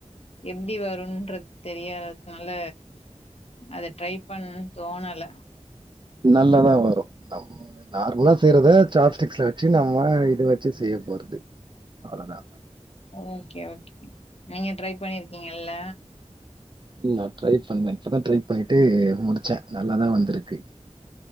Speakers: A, on the left; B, on the right.
A: எப்டி வரும்ன்ருத் தெரியாத்னால அத ட்ரை பண்ணும்னு தோணல
B: நல்லாதான் வரும் நம்ம நார்மலா செய்றத பிளிஸ்டிக்ஸ்ல வச்சு நம்ம இது வச் ச்சு செய்ய போறது அவ்வளதா
A: ஓகே ஓகே நீங்க ட்ரை பண்ணிருக்கீங்கல்ல
B: நா ட்ரை பண்ணே இப்பதா ட்ரை பண்ணிட்டு முடிச்சே நல்லாதான் வந்திருக்கு